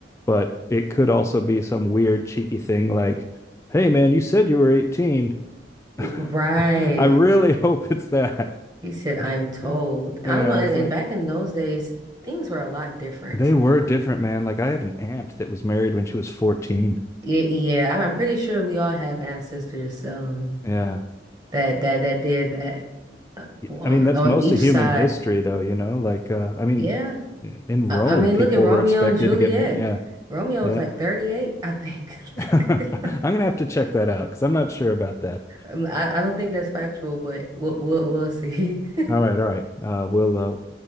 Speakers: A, on the left (about 15°); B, on the right (about 20°).
A: but it could also be some weird cheeky thing like, "Hey man, you said you were 18." <laughs>
B: Right.
A: I really hope it's that.
B: He said, I am told.
A: <laughs>
B: I
A: Yeah,
B: don't know. And,
A: it's
B: and
A: like
B: back in those days, things were a lot different.
A: they were different, man. Like I had an aunt that was married when she was 14.
B: Yeah, yeah. I'm I'm pretty sure we all have ancestors, um,
A: Yeah.
B: that that that did that uh, on
A: I mean, that's
B: on
A: most
B: each
A: of human
B: side.
A: history, though, you know, like, uh, I mean,
B: Yeah.
A: in
B: I,
A: Rome,
B: I mean,
A: people
B: look at Romeo
A: were expected
B: and Juliet.
A: to get married. Yeah,
B: Romeo
A: yeah.
B: was like 38, I think.
A: <laughs> I'm
B: <laughs>
A: gonna have to check that out because I'm not sure about that.
B: Um, I, I don't think that's factual, but we'll we'll, we'll see. <laughs>
A: All right, all right. Uh, we'll, uh,